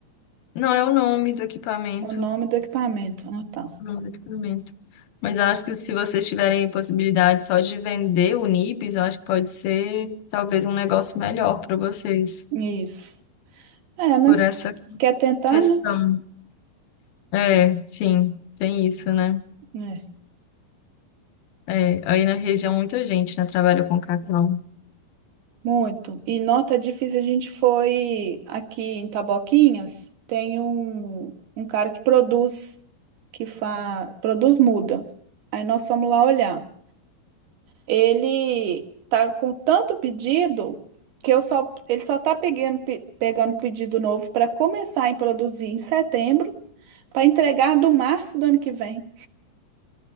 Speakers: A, on the left; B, on the right.
A: Não é o nome do equipamento,
B: O nome do equipamento. Ah, tá.
A: o nome do equipamento. Mas eu acho que se vocês tiverem possibilidade só de vender o Nibs, eu acho que pode ser talvez um negócio melhor para vocês,
B: Isso. É, mas
A: por essa
B: quer tentar,
A: questão.
B: né?
A: É, sim, tem isso, né?
B: É.
A: É, aí na região muita gente, né, trabalha com cacau.
B: Muito. E nota difícil, a gente foi aqui em Taboquinhas, tem um, um cara que produz, que fa... produz muda. Aí nós fomos lá olhar. Ele tá com tanto pedido que eu só, ele só tá pegando, pe- pegando pedido novo para começar a produzir em setembro, para entregar do março do ano que vem.